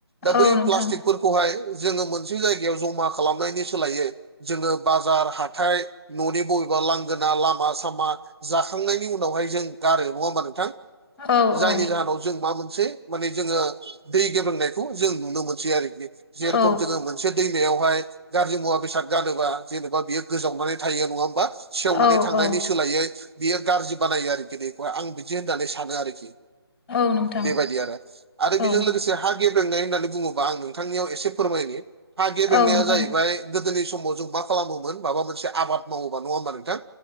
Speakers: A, on the right (about 70°); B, on the left (about 25°).
A: दा
B: औ
A: बै
B: नोंथां
A: प्लास्टिक फोरखौहाय जोङो मोनसे जायगायाव जमा खालामनायनि सोलायै जोङो बाजार हाथाइ न'नि बबेबा लांगोना लामा सामा जाखांनायनि उनावहाय जों गारो नङा होमबा नोंथां
B: औ
A: जायनि
B: औ
A: जाहोनाव जों मा मोनसे माने जोङो दै गेब्रेंनायखौ जों नुनो मोनसै आरोखि जेरेखम
B: औ
A: जोङो मोनसे दैमायावहाय गाज्रि मुवा बेसाद गारोबा जेनेबा बियो गोजावनानै थायो नङा होमबा? सेवनानै
B: औ
A: थांनायनि
B: औ
A: सोलायै बियो गाज्रि बानायो आरोखि खौ आं बिदि होननानै सानो आरोखि
B: औ नोंथां
A: बेबायदि आरो आरो
B: औ
A: बेजों लोगोसे हा गेब्रेंनाय होननानै बुङोबा आं नोंथांनियाव एसे फोरमायनि हा गेब्रेंनाया
B: औ नोंथां
A: जाहैबाय। गोदोनि समाव जों मा खालामोमोन माबा मोनसे आबाद मावोबा नङा होमबा नोंथां?